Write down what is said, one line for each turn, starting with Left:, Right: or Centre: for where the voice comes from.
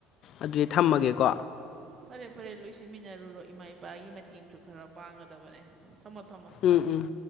Left: ꯑꯗꯨꯗꯤ ꯊꯝꯃꯒꯦꯀꯣ
Right: ꯐꯔꯦ ꯐꯔꯦ ꯂꯣꯏꯁꯤꯟꯃꯤꯟꯅꯔꯨꯔꯣ ꯏꯃꯥ ꯏꯄꯥꯒꯤ ꯃꯇꯦꯡꯁꯨ ꯈꯔ ꯄꯥꯡꯒꯗꯕꯅꯦ ꯊꯝꯃꯣ ꯊꯝꯃꯣ
Left: ꯎꯝ ꯎꯝ